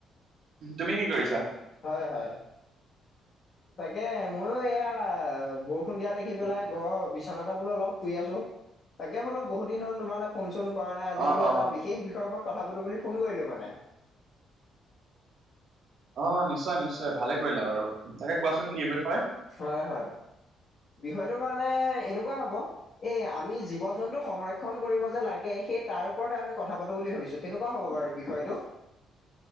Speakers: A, on the right (about 65°); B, on the left (about 50°).
A: তুমি কি কৰিছা?
B: হয়, হয়।
A: <inaudible>
B: তাকে ময়ো এয়া বৰষুণ দিয়া দেখি পেলাই ঘৰৰ বিচনাতে বোলো অলপ শুই আছোঁ। তাকে বোলো বহুত দিন হল তোমাৰ লগত ফোন - চুন কৰা নাই আজি
A: অ
B: বোলো
A: অ
B: এটাওপৰত কথা পাতো বুলি ফোন কৰিলোঁ মানে।
A: অ', নিশ্চয়-নিশ্চয় ভালে কৰিলা বাৰু। তাকে কোৱাচোন কি বিষয়?
B: হয়, হয়, বিষয়টো মানে এনেকুৱা হ'ব এ আমি জীৱ - জন্তু সংৰক্ষণ কৰিব যে লাগে সেই তাৰ ওপৰতে আমি কথা পাতো বুলি ভাবিছোঁ। কেনেকুৱা হ'ব বাৰু বিষয়টো?